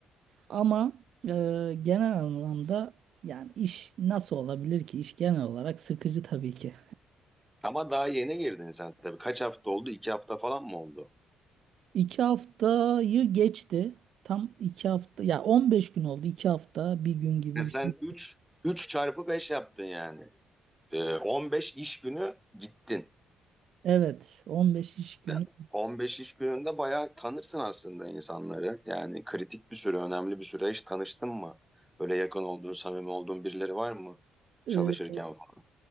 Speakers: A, on the right; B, in the centre.
A: Ama e, genel anlamda yani iş nasıl olabilir ki? İş genel olarak sıkıcı tabii ki.
B: Ama daha yeni girdin sen tabii. Kaç hafta oldu? İki hafta falan mı oldu?
A: İki haftayı geçti. Tam iki hafta, ya 15 gün oldu. İki hafta, bir gün gibi
B: Ya sen
A: bir şey.
B: üç üç çarpı 5 yaptın yani. Ee, on beş iş günü gittin.
A: Evet, 15 iş günü.
B: Yani 15 iş gününde bayağı tanırsın aslında insanları. Yani kritik bir süre, önemli bir süre hiç tanıştın mı? Böyle yakın olduğun, samimi olduğun birileri var mı?
A: Ee,
B: Çalışırken falan.